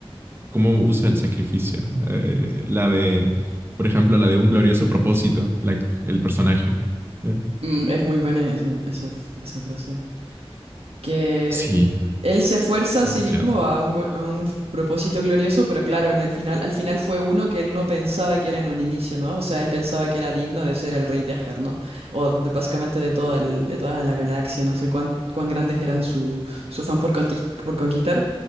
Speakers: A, on the right; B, on the right.
A: cómo usa el sacrificio. Eh, la de, por ejemplo, la de un glorioso propósito, la- el personaje. Eh,
B: Mm, es muy buena esa, esa, esa frase. que
A: Sí,
B: él se esfuerza a
A: demasiado.
B: sí mismo a un, go- a un propósito glorioso, pero claro, en el final, al final fue uno que él no pensaba que era en un inicio, ¿no? O sea, él pensaba que era digno de ser el rey de Ajar, ¿no? O de- básicamente de todo el, de toda la galaxia, no sé cuán, cuán grandes eran su, su afán por, conti- por conquistar.